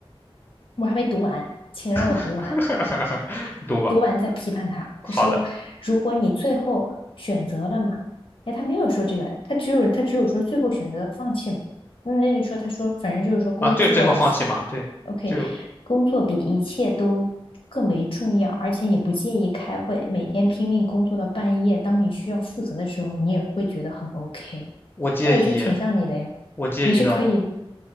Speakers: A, on the left (about 65°); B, on the left (about 20°).
A: 我还没读完，请让我读完。
B: <laughs> 你读吧。
A: 读完再批判他。
B: 好的
A: 他说，如果你最后选择了嘛，哎，他没有说这个，他只有他只有说最后选择放弃嘛。嗯那就说他说，反正就是说工作
B: 啊，对，最后放弃马，对，
A: ，OK，
B: 就
A: 工作比一切都更为重要，而且你不介意开会，每天拼命工作到半夜，当你需要负责的时候，你也会觉得很 OK。
B: 我介意，
A: 那我觉得挺像你的呀，
B: 我介意的。
A: 你是可以，